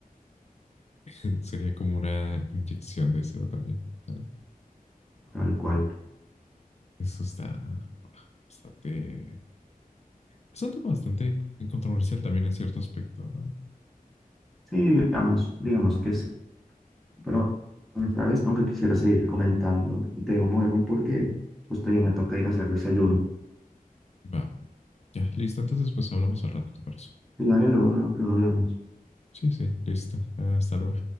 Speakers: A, on the left; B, in the centre.
A: <laughs> Sería como una inyección de serotonina. ¿verdad?
B: tal cual.
A: Eso está bastante... Es un tema bastante controversial también en cierto aspecto, ¿no?
B: Sí, digamos, digamos que sí. Pero, ¿sabes? Aunque quisiera seguir comentando, debo moverme porque justo ya me toca ir a hacer desayuno.
A: Va, ya, listo. Entonces, pues hablamos al rato, ¿te parece?
B: Y vale, luego, luego hablamos.
A: Sí, sí, listo. Hasta luego.